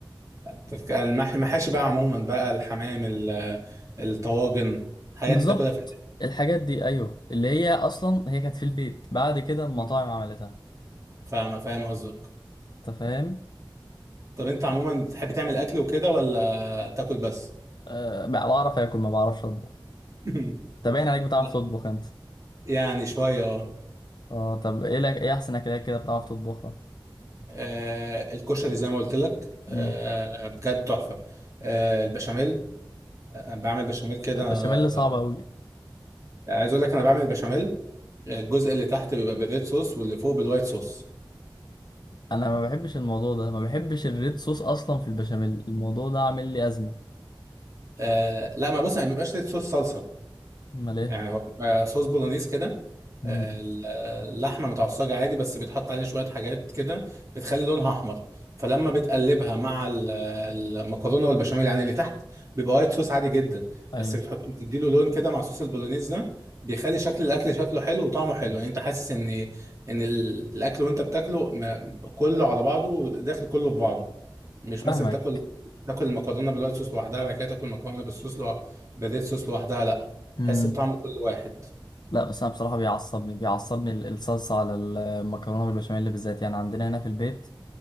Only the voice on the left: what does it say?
بالظبط
الحاجات دي ايوه اللي هي اصلا هي كانت في البيت بعد كده المطاعم
عملتها
انت فاهم
أه بعرف اكل ما بعرفش اطبخ
طب باين عليك بتعرف
تطبخ انت
اه طب ايه لك ايه احسن اكلات كده بتعرف تطبخها
مم.
البشاميل
صعب قوي
انا ما بحبش الموضوع ده ما بحبش الريد صوص اصلا في البشاميل الموضوع ده عامل لي ازمه
امال ايه
مم.
ايوه
فاهمك
امم
لا بس انا بصراحه بيعصبني بيعصبني ال- الصلصه على المكرونه بالبشاميل بالذات يعني عندنا هنا في البيت